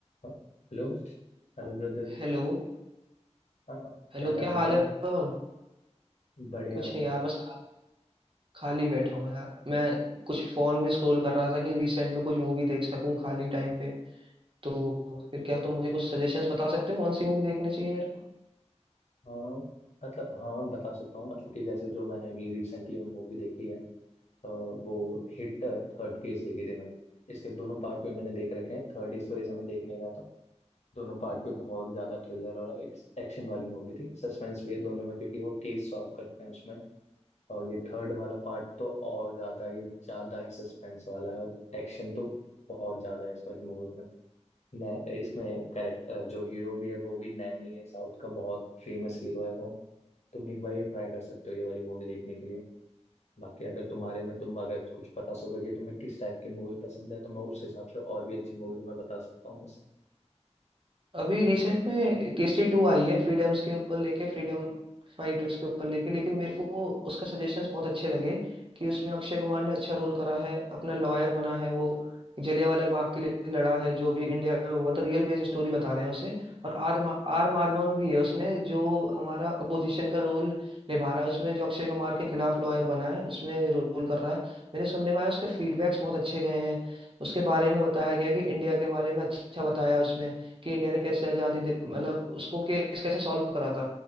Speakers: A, on the left (about 70°); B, on the right (about 45°).
A: हाँ, hello Hello brother
B: Hello
A: हाँ
B: Hello
A: क्या कर
B: क्या
A: रहे
B: हाल
A: हो ब्रदर
B: है पवन
A: बढ़िया
B: कुछ
A: भाई
B: नहीं यार बस खा, खाली बैठा हूँ यार मैं कुछ फोन में स्क्रॉल कर रहा था कि रिसेंट में कुछ मूवी देख सकूं खाली टाइम पे तो फिर क्या तुम मुझे कुछ सजेशंस बता सकते हो कौन सी मूवी देखनी चाहिए मेरे को
A: हाँ मतलब हाँ बता सकता हूँ मतलब कि जैसे जो मैंने अभी रिसेंटली मूवी देखी है अ, वो हिट थर्ड केस देखी थी मैंने इसके दोनों पार्ट भी मैंने देख रखे हैं थर्ड इस वजह से मैं देखने गया था दोनों पार्ट पे बहुत ज्यादा थ्रिलर और एक्शन वाली मूवी थी सस्पेंस भी है दोनों में क्योंकि वो केस सॉल्व करते हैं उसमें और ये थर्ड वाला पार्ट तो और ज्यादा ही ज्यादा ही सस्पेंस वाला है और एक्शन तो बहुत ज्यादा है इस वाली मूवी में नै- इसमें कैरेक्टर जो हीरो भी है वो भी नैनी है साउथ का बहुत फेमस हीरो है वो तुम एक बार ये ट्राई कर सकते हो ये वाली मूवी देखने के लिए बाकी अगर तुम्हारे में तुम अगर कुछ बता सको कि तुम्हें किस टाइप की मूवी पसंद है तो मैं उस हिसाब से और भी अच्छी मूवी तुम्हें बता सकता हूँ वैसे
B: अभी रिसेंट में केसरी टू आई है फ्रीडम्स के ऊपर लेके फ्रीडम फाइटर्स के ऊपर लेके लेकिन मेरे को उसका सजेशंस बहुत अच्छे लगे कि उसमें अक्षय कुमार ने अच्छा रोल करा है अपना लॉयर बना है वो जलियांवाला बाग के लिए लड़ा है जो भी इंडिया में हुआ था रियल बेस्ड स्टोरी बता रहे हैं उसे और आदमा आर माधवन भी है उसमें जो हमारा अपोजिशन का रोल निभा रहा है उसमें जो अक्षय कुमार के खिलाफ लॉयर बना है उसमें रोल कर रहा है मैंने सुनने में आया उसके फीडबैक्स बहुत अच्छे गए हैं उसके बारे में बताया गया कि इंडिया के बारे में अच्छा बताया उसमें कि इंडिया ने कैसे आज़ादी दे मतलब उसको केस कैसे सॉल्व करा था